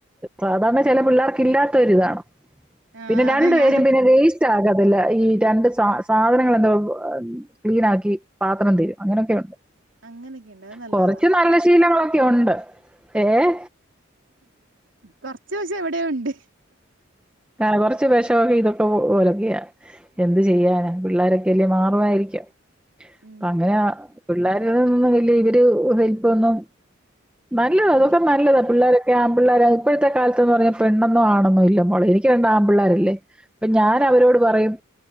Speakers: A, in the centre; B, on the right (about 70°).
A: സാധാരണ ചെല പിള്ളേർക്ക് ഇല്ലാത്ത ഒരിതാണ്.
B: ആഹ്
A: പിന്നെ രണ്ടു
B: അതാ ഞാൻ
A: പേരും പിന്നെ വേസ് റ്റാകത്തില്ല ഈ രണ്ട് സാ സാധനങ്ങൾ എന്താ ക്ലീനാക്കി പാത്രം തരും അങ്ങനൊക്കെ ഉണ്ട്.
B: അങ്ങനെയൊക്കെയുണ്ട് അത് നല്ലതാ
A: കൊറച്ച് നല്ല ശീലങ്ങളൊക്കെ ഒണ്ട് ഏഹ്.
B: കൊറച്ച് വെശം എവിടയോ ണ്ട്.
A: കാള കുറച്ച് വെഷൊക്കെ ഇതൊക്കെ പോലൊക്കെയ. എന്ത് ചെയ്യാനാ പിള്ളേരൊക്കെയല്ലേ മാറുവായിരിക്കാം.
B: ഉം
A: പ്പങ്ങന പിള്ളേരന്നും വലിയ ഇവര് വലിപ്പൊന്നും നല്ലതാ
B: അതെ
A: അതൊക്കെ നല്ലതാ പിള്ളോരൊക്കെ ആൺ പിള്ളാര ഇപ്പഴത്തെ കാലത്തന്ന് പറഞ്ഞ പെണ്ണെന്നോ ആണെന്നോ ഇല്ല മോള എനി എനിക്ക് രണ്ട് ആൺ പിള്ളേരല്ലേ അപ്പോ ഞാൻ
B: ആഹ്
A: അവരോട് പറയും